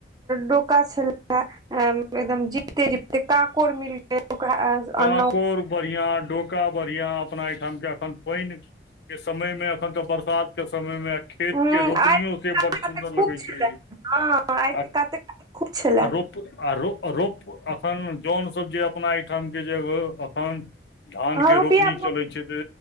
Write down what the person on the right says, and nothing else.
डोका छल एकदम जीते जीते काकोड़ मिल गेल ओकरा
अनलहुँ
हूँ
आरि
के काते
खूब
छलै
हँ आके
कात कऽ खूब छल
हँ
रुपया